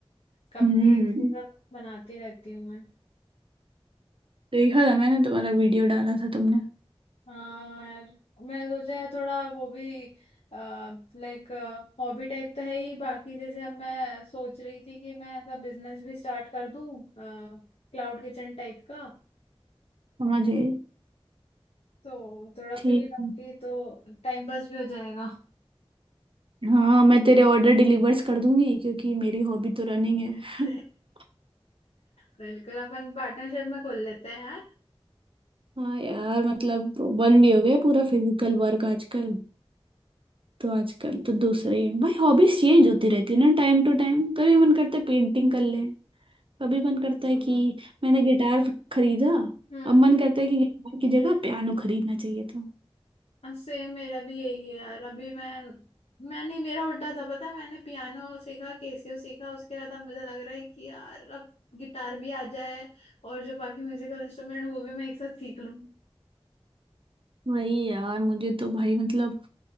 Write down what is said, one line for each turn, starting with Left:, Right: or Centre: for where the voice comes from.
Left: कपकेक्स
Right: हम्म
Left: ये सब बनाती रहती हूँ मैं
Right: देखा था मैंने तुम्हारा वीडियो डाला था तुमने
Left: हाँ यार मैं सोचा है थोड़ा वो भी लाइक हॉबी टाइप तो है ही बाकी जैसे अब मैं सोच रही थी कि मैं ऐसा बिजनेस भी स्टार्ट कर दूँ क्लाउड किचन टाइप का
Right: समझ गई
Left: तो थोड़ा
Right: ठीक
Left: फ्री रहूंगी
Right: है।
Left: तो टाइम पास भी हो जाएगा
Right: हाँ मैं तेरे ऑर्डर डिलीवर्स कर दूंगी क्योंकि मेरी हॉबी तो रनिंग है
Left: <laughs>
Right: <laughs>
Left: बिल्कुल अपन पार्टनरशिप में खोल लेते हैं यार
Right: हाँ यार मतलब बंद भी हो गया पूरा फिजिकल वर्क आजकल तो आजकल तो दूसरी है भाई हॉबीज चेंज होती रहती है ना टाइम टू टाइम कभी मन करता है पेंटिंग कर ले कभी मन करता है
Left: हम्म
Right: कि मैंने गिटार खरीदा
Left: हम्म
Right: अब मन करता है कि गिटार की जगह पियानो खरीदना चाहिए था
Left: सेम मेरा भी यही है यार अभी मैं मैंने मेरा उल्टा था पता है मैंने पियानो सीखा केसियो सीखा उसके बाद अब मुझे लग रहा है कि यार अब गिटार भी आ जाए और जो बाकी म्यूजिकल इंस्ट्रूमेंट वो भी मैं एक साथ सीख लूं
Right: वही यार मुझे तो भाई मतलब